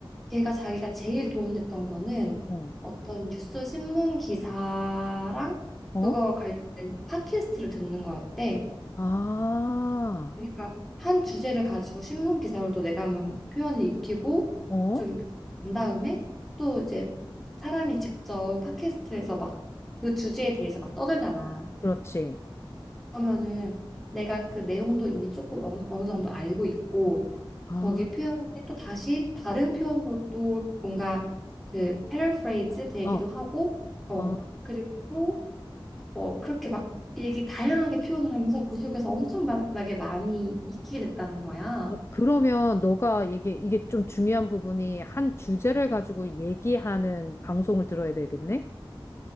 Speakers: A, in the centre; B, on the left (about 30°).
A: 걔가 자기가 제일 도움됐던 거는
B: 어,
A: 어떤 뉴스 신문 기사랑
B: 어,
A: 그거 관련된 팟캐스트를 듣는 거였대.
B: 아,
A: 그러니까 한 주제를 가지고 신문 기사로도 내가 한번 표현을 익히고
B: 어,
A: 좀 한 다음에 또 이제 사람이 직접 팟캐스트에서 막 그 주제에 대해서 막 떠들잖아.
B: 그렇지.
A: 그러면은 내가 그 내용도 이미 조금 어느, 어느 정도 알고 있고
B: 아,
A: 거기 표현이 또 다시 다른 표현으로 또 뭔가 그 패러프레이즈 되기도
B: 어,
A: 하고 어
B: 아.
A: 그리고 또 어 그렇게 막 얘기 다양하게 표현을 하면서 그 속에서 엄청나게 많이 익히게 됐다는 거야.
B: 어, 그러면 너가 이게, 이게 좀 중요한 부분이 한 주제를 가지고 얘기하는 방송을 들어야 되겠네?